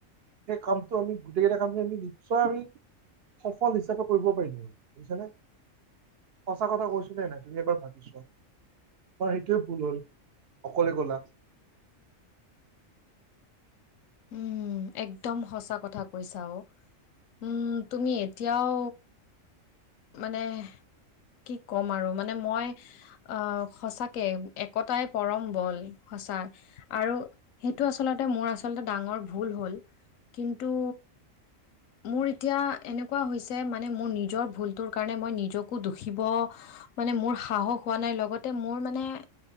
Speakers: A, on the right; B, on the left.
A: সেই কামটো আমি গোটেইকেইটা কামটো আমি নিশ্চয় আমি সফল হিচাপে কৰিব পাৰিলো হয়, বুজিছানে? সঁচা কথা কৈছো নে নাই তুমি এবাৰ ভাৱি চোৱা। হয় সেইটোৱে ভুল হ'ল অকলে গ'লা।
B: উম, একদম সঁচা কথা কৈছা অ। উম, তুমি এতিয়াও মানে কি ক'ম আৰু মানে মই অ সঁচাকে একতাই পৰম বল সঁচা। আৰু সেইটো আচলতে মোৰ আচলতে ডাঙৰ ভুল হ'ল, কিন্তু মোৰ এতিয়া এনেকুৱা হৈছে মানে মোৰ নিজৰ ভুল টোৰ কাৰণে মই নিজকো দুখিব মানে মোৰ সাহস হোৱা নাই, লগতে মোৰ মানে